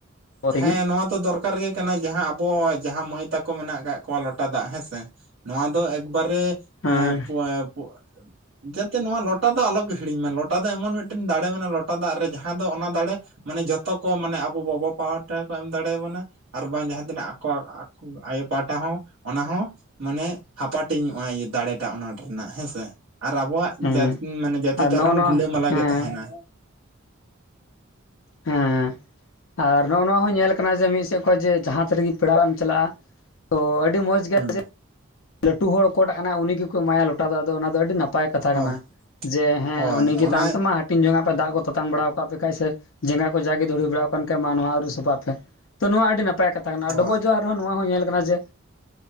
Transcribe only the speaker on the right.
ᱦᱮᱸ
ᱱᱚᱣᱟ ᱫᱚ ᱫᱚᱨᱠᱟᱨ ᱚᱠᱟᱨ ᱜᱮ ᱠᱟᱱᱟ ᱡᱟᱦᱟᱸ ᱟᱵᱚ ᱡᱟᱦᱟᱸ ᱢᱟᱹᱭ ᱛᱟᱠᱚ ᱢᱮᱱᱟᱜ ᱠᱟᱜ ᱠᱚᱣᱟ ᱞᱚᱴᱟ ᱫᱟᱜ ᱦᱮᱸ ᱥᱮ ᱱᱚᱣᱟ ᱫᱚ ᱮᱠᱵᱟᱨᱮ ᱮᱸ
ᱯᱩᱭᱮ ᱡᱟᱛᱮ ᱱᱚᱣᱟ ᱞᱚᱴᱟ ᱫᱚ ᱟᱞᱚ ᱜᱮ ᱦᱤᱲᱤᱧ ᱢᱟ ᱞᱚᱴᱟ ᱫᱟᱜ ᱮᱢᱚᱱ ᱢᱤᱫᱴᱮᱱ ᱫᱟᱲᱮ ᱢᱮᱱᱟᱜᱼᱟ ᱞᱚ ᱴᱟ ᱫᱟᱜ ᱨᱮ ᱡᱟᱦᱟᱸ ᱫᱚ ᱚᱱᱟ ᱫᱟᱲᱮ ᱢᱟᱱᱮ ᱡᱚᱛᱚ ᱠᱚ ᱢᱟᱱᱮ ᱟᱵᱚ ᱵᱟᱵᱟ ᱯᱟᱦᱴᱟ ᱠᱚ ᱮᱢ ᱫᱟᱲᱮᱭᱟᱵᱚᱱᱟ, ᱟᱨ ᱵᱟᱝ ᱡᱟᱦᱟᱸ ᱛᱤᱱᱟᱹᱜ ᱟᱠᱚ ᱟᱭᱳ ᱯᱟᱦᱴᱟ ᱦᱚᱸ ᱚᱱᱟ ᱦᱚᱸ ᱢᱟᱱᱮ ᱦᱟᱯᱟᱴᱤᱧᱚᱜᱼᱟ ᱤᱭᱟᱹ ᱫᱟᱲᱮᱴᱟᱜ ᱚᱱᱟᱴ ᱨᱮᱱᱟᱜ, ᱦᱮᱸ ᱥᱮ? ᱟᱨ ᱟᱵᱚᱣᱟᱜ
ᱡᱟᱭ ᱢᱟᱱᱮ ᱡᱟᱛᱤ
ᱫᱷᱚᱨᱚᱢ
ᱨᱤᱞᱟᱹᱢᱟᱞᱟ
ᱜᱮ ᱛᱟᱦᱮᱱᱟ᱾
ᱦᱩᱸ
ᱦᱳᱭ
ᱦᱳᱭ
ᱚᱱᱟ
ᱦᱳᱭ